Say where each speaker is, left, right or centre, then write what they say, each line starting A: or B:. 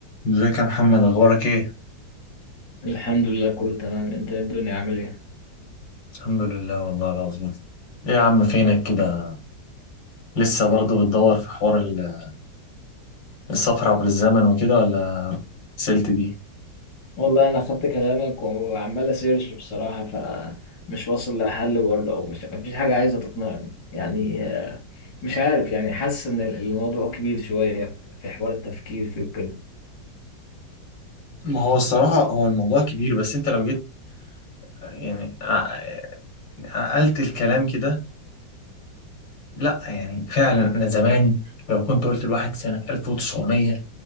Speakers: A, on the left; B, on the left.
A: ازيك يا محمد اخبارك ايه
B: الحمد لله كله تمام انت ايه الدنيا عامل ايه
A: الحمد لله والله العظيم ايه يا عم فينك كده لسه برضه بتدور في حوار ال- السفر عبر الزمن وكده ولا سلت دي
B: والله انا خدت كلامك وعمال اسيرش بصراحه فمش واصل لحل برضه او مش مفيش حاجه عايزه تقنعني يعني آه، مش عارف يعني حاسس ان الموضوع كبير شويه في حوار التفكير فيه وكده
A: ما هو الصراحة هو الموضوع كبير بس انت لو جيت يعني ع- عقلت الكلام كده لا يعني فعلا انا زمان لو كنت قلت لواحد سنة 1900